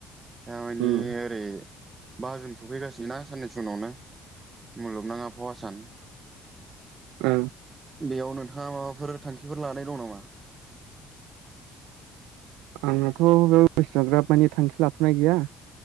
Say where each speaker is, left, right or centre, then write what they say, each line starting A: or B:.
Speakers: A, on the right; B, on the right.
A: दा मानि
B: उम
A: ओरै बा जुन सफैगासिनोना साननैसो उनावनो मुलुगनाङाबहावा सान
B: औ
A: बेयाव नोंथाङा माबाफोर थांखिफोर लानाय दं नामा?
B: आंनाथ' बेयाव एसाग्राब मानि थांखि लाथ'नाय गैया।